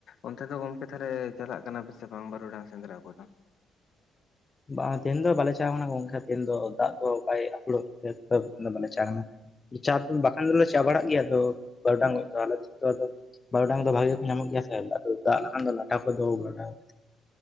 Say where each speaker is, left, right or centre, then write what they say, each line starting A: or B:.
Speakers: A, on the left; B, on the left.
A: ᱚᱱᱛᱮ ᱫᱚ ᱜᱚᱝᱠᱮ ᱛᱟᱦᱚᱞᱮ ᱪᱟᱞᱟᱜ ᱠᱟᱱᱟ ᱥᱮ ᱵᱟᱝ ᱵᱟᱨᱩᱰᱟᱝ ᱥᱮᱸᱫᱽᱨᱟ ᱠᱚᱫᱚ
B: ᱵᱟᱝ ᱛᱮᱦᱮᱱ ᱫᱚ ᱵᱟᱞᱮ ᱪᱟᱞᱟ ᱠᱟᱱᱟ ᱜᱚᱢᱠᱮ ᱛᱮᱦᱮᱱ ᱫᱚ ᱫᱟᱜ ᱠᱚ ᱵᱟᱭᱯᱷᱚᱲᱚᱜ ᱫᱚ ᱵᱟᱞᱮ ᱪᱟᱞᱟ ᱠᱟᱱᱟ ᱪᱟ ᱵᱟᱠᱷᱟᱱ ᱫᱚᱞᱮ ᱪᱟ ᱵᱟᱲᱟᱜ ᱜᱮᱭᱟ ᱛᱳ ᱵᱟ. ᱨᱩᱰᱟᱝ ᱜᱚᱡ ᱫᱚ ᱟᱞᱮ ᱥᱮᱫ ᱫᱚ ᱟᱫᱚ ᱵᱟ. ᱨᱩᱰᱟᱝ ᱫᱚ ᱵᱷᱟᱜᱮ ᱜᱮᱠᱚ ᱧᱟᱢᱚᱜ ᱜᱮᱭᱟ ᱥᱮ ᱫᱟᱜ ᱞᱮᱠᱷᱟᱱ ᱫᱚ ᱞᱟᱴᱷᱟ ᱠᱚᱫᱚ ᱵᱟ. ᱨᱩᱰᱟᱝ